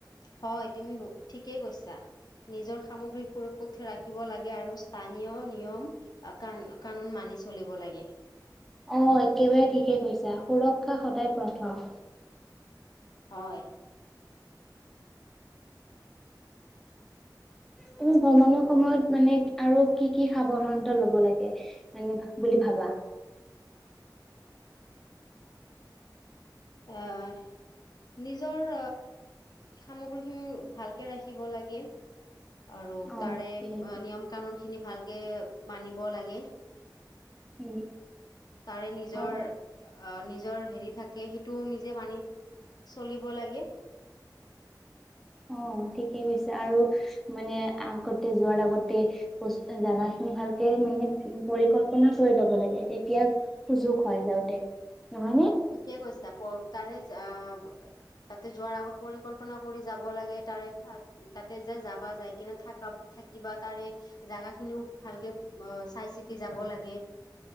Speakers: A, on the left; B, in the centre.
A: হয় তুমি ঠিকেই কৈছা। নিজৰ সামগ্ৰী সুৰক্ষিত ৰাখিব লাগে আৰু স্থানীয় নিয়ম কা কানুন মানি চলিব লাগে।
B: অ একেবাৰে ঠিকে কৈছা সুৰক্ষা সদায় প্ৰথম।
A: হয়।
B: তুমি ভ্ৰমণৰ সময়ত মানে আৰু কি কি সাৱধানতা ল'ব লাগে মানে বুলি ভাবা?
A: আহ নিজৰ সামগ্ৰী খিনি ভালকে ৰাখিব লাগে। আৰু
B: অ',
A: তাৰে
B: ঠিকে কৈছা,
A: নিয়ম কানুন খিনি ভালকে মানিব লাগে।
B: উম,
A: তাৰে নিজৰ
B: অ',
A: আহ নিজৰ হেৰি থাকে সেই টো নিজে মানি চলিব লাগে।
B: অঁ ঠিকেই কৈছে। আৰু মানে আগতে যোৱাৰ আগতে জাগা খিনি ভালকে মানে পৰিকল্পনা কৰি ল'ব লাগে তেতিয়া সুযোগ হয় যাওঁতে নহয় নে?
A: ঠিকে কৈছা তাৰে আ তাতে যোৱাৰ আগত পৰিকল্পনা কৰি যাব লাগে তাৰে তাতে যে যাবা যাই কিনে থাকা থাকিবা তাৰে জাগা খিনিও ভালকে অ চাই চিতি যাব লাগে।